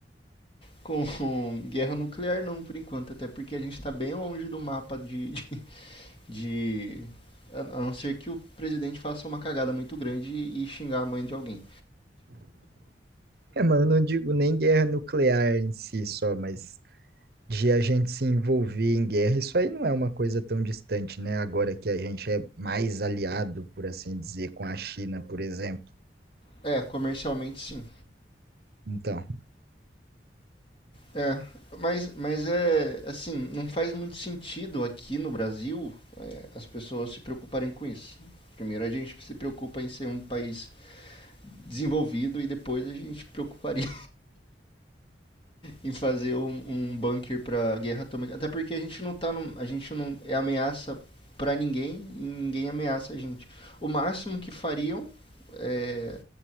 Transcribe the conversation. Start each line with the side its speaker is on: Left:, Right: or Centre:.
Left: com <laughs> guerra nuclear não, por enquanto, até porque a gente está bem longe do mapa de, de, de- a a não ser que o presidente faça uma cagada muito grande e, e xingar a mãe de alguém.
Right: É, mas eu não digo nem guerra nuclear em si só, mas de a gente se envolver em guerra, isso aí não é uma coisa tão distante, né? Agora que a gente é mais aliado, por assim dizer, com a China, por exemplo.
Left: É, é, comercialmente sim.
Right: Então,
Left: É, mas, mas é assim, não faz muito sentido aqui no Brasil é, as pessoas se preocuparem com isso. Primeiro a gente se preocupa em ser um país desenvolvido e depois a gente preocuparia em fazer um, um bunker pra guerra atômica. Até porque a gente não tá num- a gente não é ameaça pra ninguém e ninguém ameaça a gente. O máximo que fariam é